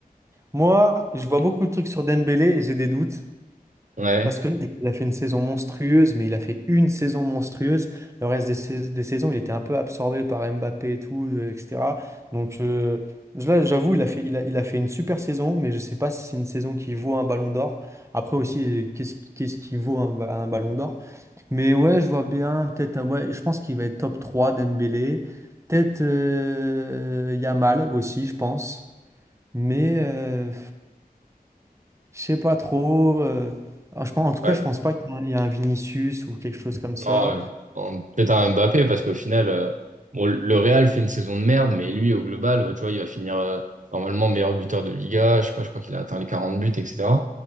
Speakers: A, on the right; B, on the right.
A: Moi, je vois beaucoup de trucs sur Dembélé et j'ai des doutes.
B: Ouais.
A: Parce que là, il a fait une saison monstrueuse, mais il a fait une saison monstrueuse. Le reste des, sais- des saisons, il était un peu absorbé par Mbappé et tout, euh, etc. Donc euh, là, j'avoue, il a fait, il a, il a fait une super saison, mais je ne sais pas si c'est une saison qui vaut un ballon d'or. Après aussi, qu'est-ce, qu'est-ce qui vaut un, ba- un ballon d'or? Mais ouais, je vois bien, peut-être, un- ouais, je pense qu'il va être top 3, Dembélé. Peut-être euh, Yamal aussi, je pense. Mais... euh, je sais pas trop. euh, alors, je pense, en tout cas,
B: Ouais,
A: je pense pas qu'il y a, un il y a un Vinicius ou quelque chose comme ça.
B: Non, en peut-être un Mbappé, parce qu'au final, euh, bon, le Real fait une saison de merde, mais lui, au global, bah, tu vois, il va finir euh, normalement meilleur buteur de Liga. Je sais pas, je crois qu'il a atteint les 40 buts, etc.